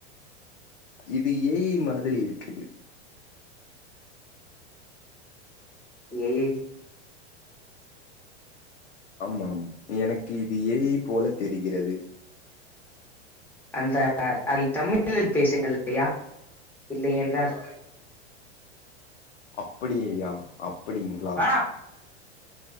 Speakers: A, on the left; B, in the centre.
A: இது ஏ ஐ மாதிரி இருக்குது
B: ஏ ஐ
A: ஆமாம் இ எனக்கு இது ஏ ஐ போலத் தெரிகிறது
B: இந்த <inaudible> தமிழில் பேசுங்கள் ஐயா இல்லையென்றால்
A: அப்படியையா அப் அப்டிங்ளா
B: ஆ